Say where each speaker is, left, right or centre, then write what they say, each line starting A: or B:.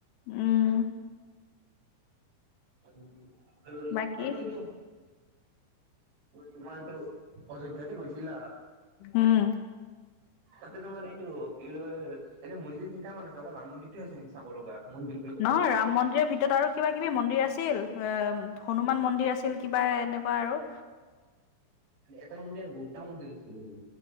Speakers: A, on the left; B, on the right.
A: উম।
B: আৰু আৰু,
A: বাকী
B: আৰু এইটো তোমাৰটো অযোধ্যাতে গৈছ চিলা
A: উম
B: ত'তে তোমাৰ এইটো এইবিলাক এনে মন্দিৰ কেইটামান আছে কল ৰাম মন্দিৰ টোৱে আছে নেকি চাব লগা? মন্দিৰ বুলি ক'ব
A: নহয়
B: গ'লে?
A: ৰাম মন্দিৰৰ ভিতৰত আৰু কিবা কিবি মন্দিৰ আছিল এ হনুমান মন্দিৰ আছিল, কিবা এ এনেকুৱা আৰু
B: এটা মন্দিৰ আৰু বহুতটা মন্দিৰ আছিল যে